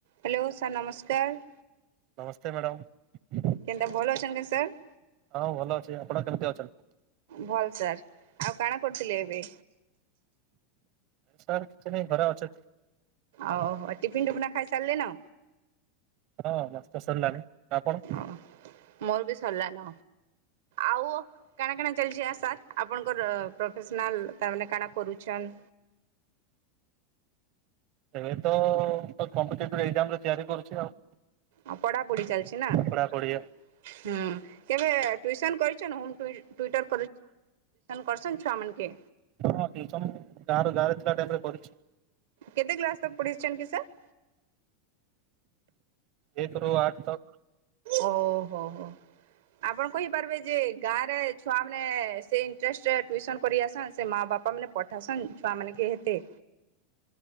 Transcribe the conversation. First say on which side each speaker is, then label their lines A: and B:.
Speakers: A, on the right; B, on the right.
A: Hello sir ନମସ୍କାର।
B: ନମସ୍ତେ madam.
A: କେନ୍ତା ଭଲ ଅଛନ୍ କେ ସାର୍।
B: ହଁ ଭଲ ଅଛି ଆପଣ କେମିତି ଅଛନ୍ତି।
A: ଭଲ୍ ସାର୍ ଆଉ କାଣା କରୁଥିଲେ ଏବେ?
B: ସାର୍ <unintelligible>
A: ଆଉ ଟିଫିନ ଟିିଫନା ଖାଇ ସାରିଲେ ନ।
B: ହଁ ମସ୍ତ ସରିଲାଣି ଆପଣ?
A: ଓ ମୋର ବି ସରିଲାନ। ଆଉ କାଣା କଣା ଚାଲିଛି ଆ ସାର୍ ଆପଣଙ୍କର ପ୍ରଫେସନାଲ ତାମାନୋନ କାଣା କରୁଛନ୍?
B: ଏବେ ତ କମ୍ପିଟେଟିଭ ଏଜାମ ତିଆରି କରୁଛି ଆଉ।
A: ଆ ପଢାପଢି ଚାଲିଛି ନା ହଁ
B: ପଢାପଢି
A: କେବେ ଟ୍ୟୁସନ୍ କରି <unintelligible> ଟ୍ୟୁସନ କରଛନ୍ ଛୁଆ ମାନ କେ।
B: ହଁ <unintelligible> ଗାଁ ଗାଁରେ ଥିଲା ଟାଇମ ରେ କରିଛି।
A: କେତେ କ୍ଲାସ ତ ପଢିଛନ୍ତି କି ସାର୍
B: ଏକ ରୁ ଆଠ ତ
A: ଓହୋ ହୋ ଆପଣ କହିପାରିବେ ଯେ ଗାଁରେ ଛୁଆ ମାନେ ସେ ଇଣ୍ଟରେଷ୍ଟରେ ଟ୍ୟୁସନ୍ କରିଆସନ୍ ସେ ମା ବାପ ଲୋକମାନେ ପଠାସନ୍ ଛୁଆ ମାନେ କି ହେତେ